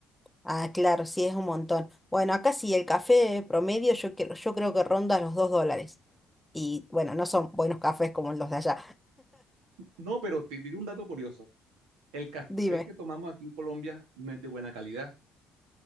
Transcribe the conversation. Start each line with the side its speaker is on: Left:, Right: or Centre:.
Centre: Ah, claro, sí, es un montón. Bueno, acá sí, el café promedio yo, creo- yo creo que ronda los dos dólares. Y bueno, no son buenos cafés como los de allá.
Right: No, pero te digo un dato curioso. El café
Centre: Dime.
Right: que tomamos aquí en Colombia no es de buena calidad.